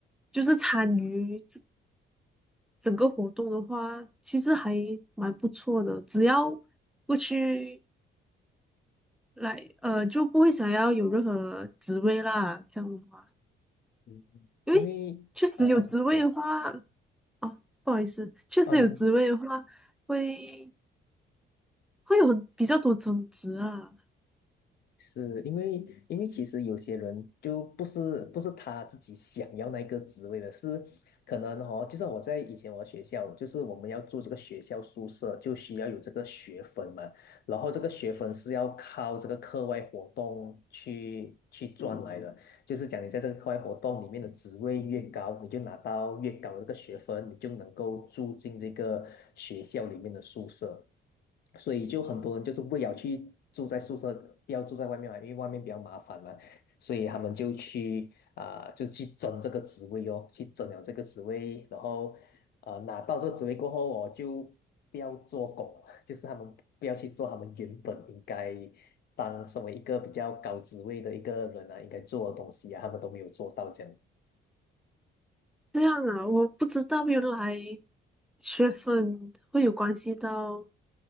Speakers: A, in the centre; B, on the left.
A: 就是参与这整个活动的话，其实还蛮不错的。只要过去来，呃，就不会想要有任何职位啦，这样的话，
B: 嗯因为呃呃，
A: 因为确实有职位的话，
B: 行
A: 哦，不好意思，确实有职位的话，
B: 哦，你
A: 会会有很比较多争执啊。
B: 是因为，因为其实有些人就不是不是他自己想要那个职位的，是可能哦，就像我在以前我学校，就是我们要住这个学校宿舍，就需要有这个学分嘛，然后这个学分是要靠这个课外活动去去赚来的，就是讲你在这个课外活动里面的职位越高，你就拿到越高的这个学分，你就能够住进这个学校里面的宿舍。所以就很多人就是为了去住在宿舍，不要住在外面嘛，因为外面比较麻烦嘛，所以他们就去啊、就去争这个职位哦，去争了这个职位，然后呃拿到这个职位过后，我就不要做工了 <laughs> 就是他们不要去做他们原本应该当身为一个比较高职位的一个人啊，应该做的东西啊，他们都没有做到这样。
A: 这样啊，我不知道原来学分会有关系到